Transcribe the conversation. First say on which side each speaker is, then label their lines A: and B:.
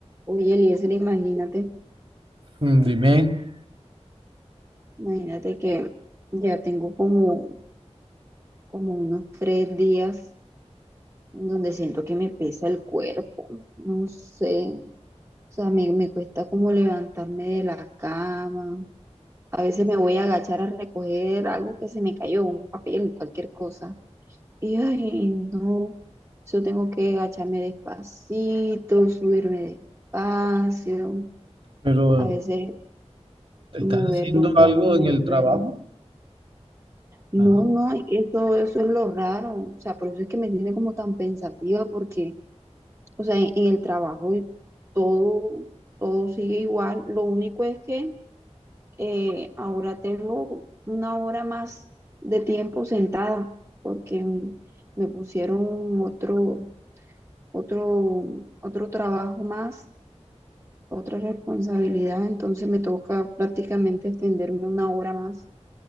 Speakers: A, on the right; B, on the right.
A: Oye, Eliezer, imagínate,
B: Mm, Dime,
A: imagínate que ya tengo como, como unos tres días donde siento que me pesa el cuerpo, no sé, o sea, me, me cuesta como levantarme de la cama, a veces me voy a agachar a recoger algo que se me cayó, un papel, cualquier cosa, y ay, no, yo tengo que agacharme despacito, subirme despacio,
B: pero
A: a veces
B: ¿estás
A: mover
B: haciendo
A: los brazos
B: algo
A: me
B: en el
A: duele.
B: trabajo?
A: No,
B: Ajá.
A: no, es que eso, eso es lo raro, o sea, por eso es que me tiene como tan pensativa, porque, o sea, en, en el trabajo y todo, todo sigue igual, lo único es que eh, ahora tengo una hora más de tiempo sentada, porque mm, me pusieron otro, otro, otro trabajo más, otra responsabilidad, entonces me toca prácticamente extenderme una hora más.